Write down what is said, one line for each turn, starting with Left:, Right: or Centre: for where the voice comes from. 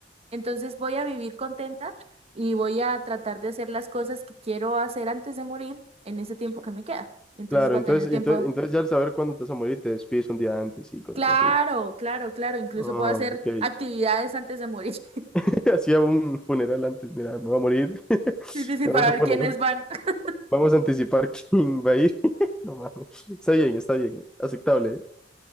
Right: Entonces voy a vivir contenta y voy a tratar de hacer las cosas que quiero hacer antes de morir en ese tiempo que me queda. Y entonces
Centre: Claro,
Right: voy
Centre: entonces,
Right: a tener tiempo.
Centre: entonces, entonces ya al saber cuándo te vas a morir, te despides un día antes y cosas
Right: Claro,
Centre: así.
Right: claro, claro. Incluso
Centre: Ah,
Right: puedo hacer
Centre: ok.
Right: actividades antes de morir. <laughs>
Centre: <laughs> Hacía un funeral antes, mira, me va a morir. <laughs>
Right: Sí, sí, sí,
Centre: Vamos
Right: para
Centre: a
Right: ver
Centre: poner,
Right: quiénes van. <laughs>
Centre: vamos a anticipar quién va a ir. <laughs> No mames. Está bien, está bien. Aceptable.